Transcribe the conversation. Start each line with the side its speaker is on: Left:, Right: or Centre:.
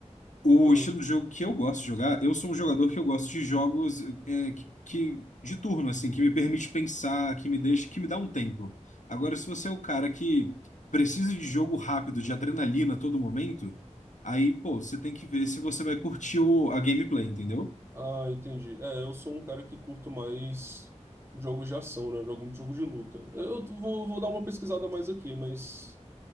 Left: O
Right: Ah,
Left: estilo de jogo que eu gosto de jogar, eu sou um jogador que eu gosto de jogos é, que, que- de turno, assim, que me permite pensar, que me deixa, que me dá um tempo. Agora, se você é o cara que precisa de jogo rápido, de adrenalina a todo momento, aí, pô, você tem que ver se você vai curtir o- a gameplay, entendeu?
Right: ah, entendi. É, eu sou um cara que curto mais jogos de ação, né? Eu jogo muito jogo de luta. Eu vou, vou dar uma pesquisada mais aqui, mas